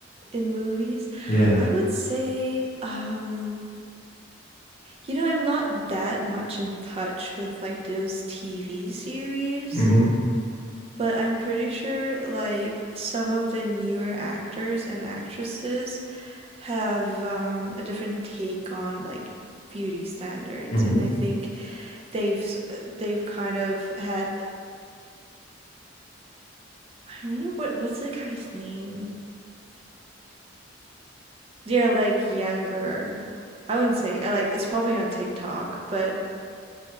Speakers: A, on the right; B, on the left.
A: In movies,
B: Yeah.
A: I would say, um, you know, I'm not that much in touch with like those TV series,
B: hmm
A: but I'm pretty sure like some of the newer actors and actresses have um, a different take on like beauty standards,
B: hmm
A: and I think they've they've kind of had I wonder what what's the guy's name? Yeah, like younger. I wouldn't say I like it's probably on TikTok, but